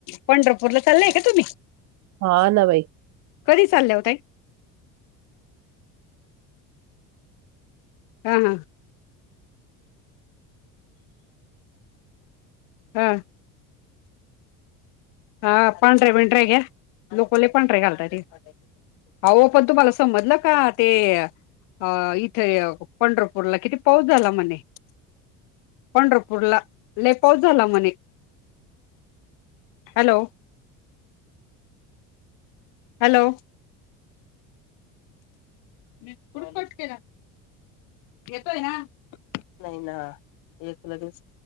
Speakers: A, on the left; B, on the right.
A: पंढरपूरला चाललंय का तुम्ही
B: हा ना भाई
A: कधी चाल्या ओ ताई हा हा
B: हा
A: हा हा पांढरे बेंद्रे घ्या आता लोक पांढरे घालतात इथे आ ओ पण तुम्हाला समजलं का ते अ इथे पंढरपूरला किती पाऊस झाला म्हणे पंढरपूरला लई पाऊस झाला म्हणे हॅलो हॅलो मी कुड कट केला येतो ना नाही ना येत लगेच